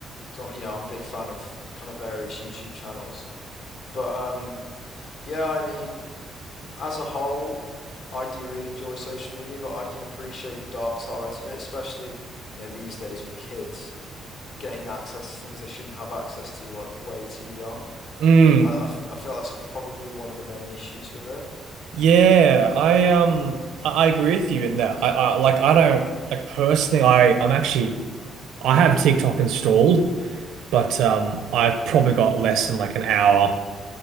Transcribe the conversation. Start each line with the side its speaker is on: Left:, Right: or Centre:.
Left: So you know, I'm a big fan of kind of various YouTube channels. But um, yeah, I mean, as a whole, I do really enjoy social media, but I can appreciate the dark sides of it, especially, you know, these days with kids getting access to things they shouldn't have access to, like way too young.
Right: Mm,
Left: I, I f- I feel that's probably one of the main issues with it.
Right: yeah, I um I, I agree with you in that. I, I like I don't like personally I I'm actually I have TikTok installed, but um I've probably got less than like an hour.